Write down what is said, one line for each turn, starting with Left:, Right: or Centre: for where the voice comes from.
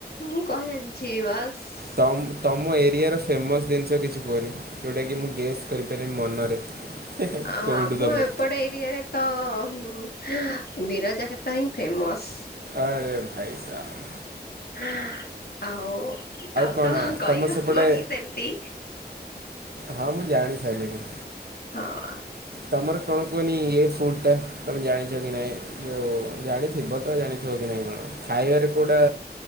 Left: ମୁଁ କହ ଜାନଚି ବାସ
Right: ତମ୍ ତମ ଏରିଆର ଫେମସ୍ ଜିନିଷ କିଛି କୁହନି? ଯେଉଁଟାକି ମୁଁ ଗେସ୍ କରିପାରିବି ମନରେ।
Left: ଅ
Right: କୋଉଠୁ
Left: ଆମ
Right: ତମେ
Left: ଏପଟେ ଏରିଆରେ ତ ବିରଜା ଖେତ ହିଁ ଫେମସ।
Right: ଆରେ ଭାଇ ସାହାବ
Left: ହଁ। ଆଉ ଆଉ
Right: କଣ
Left: ତ କହିହବନି
Right: ତମ ସେପଟେ
Left: ସେମିତି।
Right: ହଁ ମୁଁ ଜାଣି ସାଇଲିଣି।
Left: ହଁ।
Right: ତମର କଣ କୁହନି ଏ ଫୁଡ ଟା ତମେ ଜାଣିଛ କି ନାଇଁ ଯୋଉ ଜାଣିଥିବ ତ ଜାଣି ଥିବ କି ନାହି କଣ ଖାଇବାରେ କୋଉଟା